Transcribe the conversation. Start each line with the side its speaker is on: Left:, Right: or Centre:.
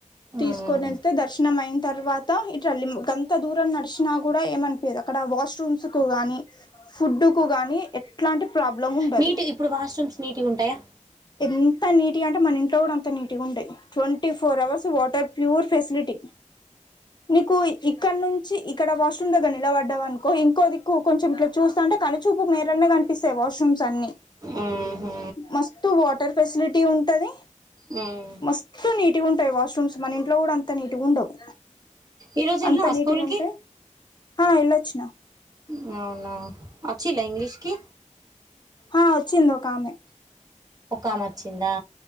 Left: తీసుకొని
Right: ఉమ్
Left: వెళ్తే దర్శనం అయిన తర్వాత ఇట్లాల్ ఎంత దూరం నడిచినా కూడా ఏమనిపయది అక్కడ వాష్రూమ్స్ కు గాని ఫుడ్ కు గాని ఎట్లాంటి ప్రాబ్లం ఉండదు
Right: నీటి ఇప్పుడు వాష్రూమ్స్ నీట్గా ఉంటాయా
Left: ఎంత నీట్గా అంటే మన ఇంట్లో కూడా అంత నీట్గా ఉండయి twenty four hours water pure facility నీకు ఇక్కడ నుంచి ఇక్కడ వాష్రూమ్ దగ్గ నిలబడ్ అకో ఇంకోదిక్కు కొంచెం ఇట్లా చూస్తాంట కానిచూపు మీరలో స్తా వాష్రూమ్స్ అన్ని
Right: ఊహూ
Left: మస్తు వాటర్ ఫెసిలిటీ ఉంటది
Right: మ్మ్
Left: మస్ ఎూ నీట్గా ఉంటాయి వాష్రూమ్స్ మన ఇంట్లో కూడా అంత నీట్గా ఉండవు
Right: ఈ రోజు వెళ్లినవా
Left: అంత నీట్గా
Right: స్కూల్
Left: ఉంటాయి
Right: కి
Left: ఆ ఏలోచిన
Right: వునా అచ్చి లే ఇంగ్లిష్కి
Left: ఆ వచ్చింది ఒక ఆమె
Right: ఒక అమె వచ్చిందా